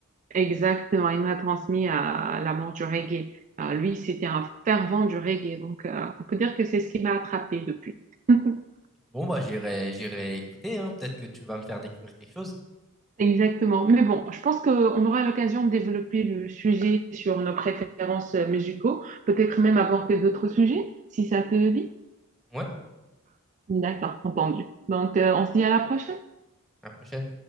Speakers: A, on the right; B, in the centre.
A: Exactement, il m'a transmis à l'amour du reggae. Euh, lui, c'était un fervent du reggae, donc euh, on peut dire que c'est ce qui m'a attrapée depuis. <laughs>
B: Bon, bah, j'irai, j'irai écouter, hein. Peut-être que tu vas me faire découvrir quelque chose.
A: Exactement. Mais bon, je pense qu'on aura l'occasion de développer le sujet sur nos préférences euh, musicaux, peut-être même aborder d'autres sujets, si ça te dit.
B: Ouais,
A: D'accord, entendu. Donc, euh, on se dit à la prochaine.
B: à la prochaine.